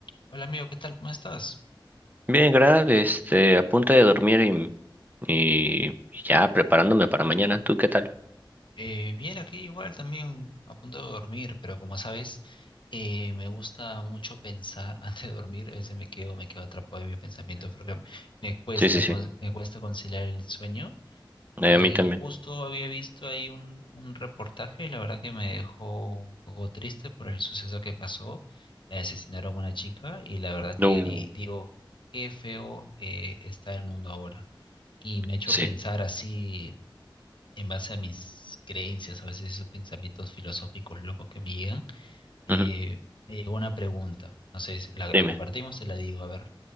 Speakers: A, on the left (about 65°); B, on the right (about 20°).
A: Hola amigo, ¿qué tal? ¿Cómo estás?
B: Bien, Grab, este, a punto de dormir y, y ya preparándome para mañana. ¿Tú qué tal?
A: Eh, bien, aquí igual también a punto de dormir, pero como sabes, eh, me gusta mucho pensar <laughs> antes de dormir. A veces me quedo, me quedo atrapado en mis pensamientos porque me cuesta,
B: Sí, sí, sí.
A: con- me cuesta conciliar el sueño. Y
B: Eh, a mí también.
A: justo había visto ahí un, un reportaje, la verdad que me dejó un poco triste por el suceso que pasó. Eh, asesinaron a una chica y la verdad que
B: No.
A: di- digo, qué feo eh, está el mundo ahora. Y me ha hecho
B: Sí.
A: pensar así. en base a mis creencias, a veces esos pensamientos filosóficos locos que me llegan, eh,
B: Ujú.
A: me llegó una pregunta. No sé, es- la,
B: Dime.
A: la compartimos, te la digo. A ver,